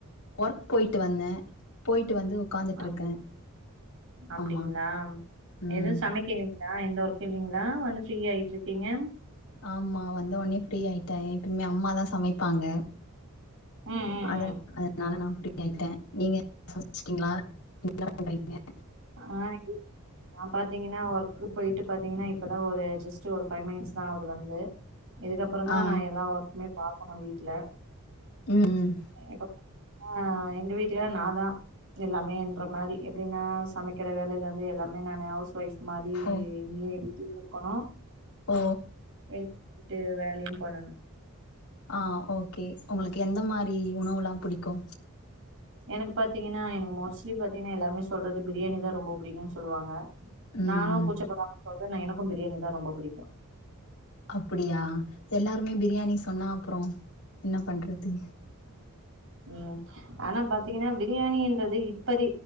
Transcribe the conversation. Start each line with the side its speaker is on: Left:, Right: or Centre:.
Left: ஒர்க் போயிட்டு வந்தே போயிட்டு வந்து உக்காந்துட்ருக்கே
Right: அப்டி அப்டிங்களா
Left: ஆமா ம்
Right: எதுவு சமைக்கிலி ங்ளா எந்த ஒர்க் இல்லிங்களா வந்து ஃப்ரீ ஆயிட்ருக்கீங்க
Left: ஆமா வந்த ஒட்னே ஃப்ரீ ஆயிட்டே எப்பவுமே அம்மாதா சமைப்பாங்க
Right: ம் ம்
Left: அத
Right: ம்
Left: அதனால நா ஃப்ரீ ஆயிட்டே நீங்க சமைச்சிட்டிங்ளா என்ன பண்றீங்க
Right: ஆ நா பாத்தீங்கன்னா ஒர்க்கு போயிட்டு பாத்தீங்கன்னா இப்பதா ஒரு ஜஸ்ட் ஒரு ஃபைவ் மினிட்ஸ் தா ஆகுது வந்து இதுக்கப்பறந்தா
Left: ஆ
Right: நா எல்லா ஒர்க்குமே பாக்கணு வீட்ல
Left: ம்
Right: இப்ப ஆ எங்க வீட்ல நாதா எல்லாமேன்ற மாரி எப்டினா சமைக்கிற வேலையல இருந்து எல்லாமே நானு ஹவுஸ் ஒயஃப் மாரி
Left: ஓ
Right: எங்கயே வீட்டுலே இருக்கணு
Left: ஓ
Right: எவ் வீட்டு வேலையு பண்ணணு
Left: ஆ ஓகே உங்களுக்கு எந்த மாரி உணவுலா புடிக்கு
Right: எனக்கு பாத்தீங்கனா எனக்கு மோஸ்ட்லி பாத்தீங்கனா எல்லாருமே சொல்றது பிரியாணி தா ரொம்ப புடிக்குன் சொல்லுவாங்க
Left: ம்
Right: நானு கூச்சப்படாம சொல்றே நா எனக்கு பிரியாணி தா ரொம்ப புடிக்கு
Left: அப்பிடியா எல்லாருமே பிரியாணி சொன்னா அப்றோ என்ன பண்றது
Right: ம் ஆனா பாத்தீங்கனா பிரியாணின்றது இப்பதே